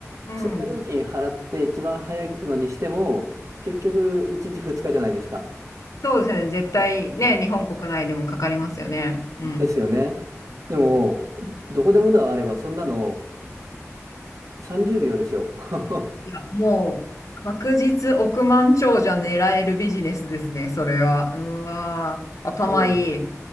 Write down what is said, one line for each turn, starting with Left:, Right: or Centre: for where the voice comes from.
Left: うん。
Right: 追加料金払って一番早いのにしても、
Left: うん。
Right: 結局1日2日じゃないですか。
Left: そうですね。絶対ね、日本国内でもかかりますよね。うん。
Right: ですよね。でも、
Left: うん
Right: どこでもドアあれば、そんなの30秒ですよ。<laughs>
Left: いや、もう、確実億万長者狙えるビジネスですね、それは。うわー、頭いい。
Right: そう